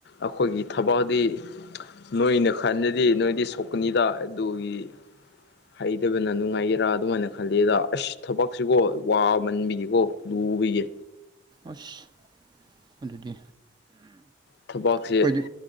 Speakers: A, on the left; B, on the right.
A: ꯑꯈꯣꯏꯒꯤ ꯊꯕꯛꯗꯤ ꯅꯣꯏꯅ ꯈꯟꯗꯗꯤ ꯅꯣꯏꯗꯤ ꯁꯣꯛꯀꯅꯤꯗꯥ ꯑꯗꯨꯒꯤ ꯍꯩꯇꯕꯅ ꯅꯨꯡꯉꯥꯏꯒꯦꯔꯥ ꯑꯗꯨꯃꯥꯏꯅ ꯈꯜꯂꯤꯗ ꯑꯁ ꯊꯕꯛꯁꯤꯀꯣ ꯋꯥꯃꯟꯕꯤꯒꯀꯣ ꯂꯨꯒꯤꯌꯦ
B: ꯑꯁ ꯑꯗꯨꯗꯤ
A: ꯊꯕꯛꯁꯦ
B: ꯑꯩꯈꯣꯏꯗꯤ